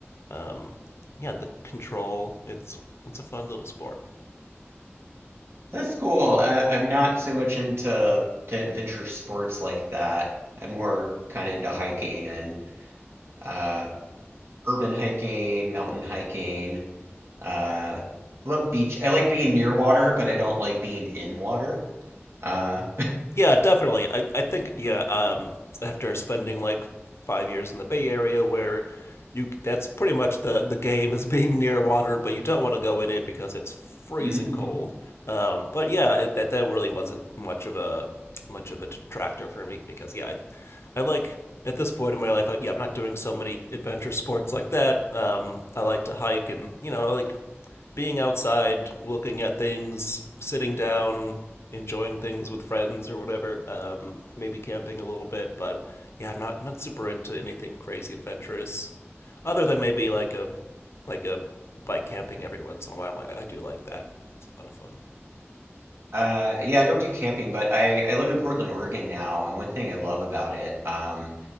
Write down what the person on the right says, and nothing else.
That's cool. I, I'm not so much into to adventure sports like that. I'm more kind of into hiking and uh, urban hiking, mountain hiking. Uh, love beach. I like being near water, but I don't like being in water. Uh,
<laughs>
Uh, yeah, I don't do camping, but I, I live in Portland, Oregon now, and one thing I love about it, um,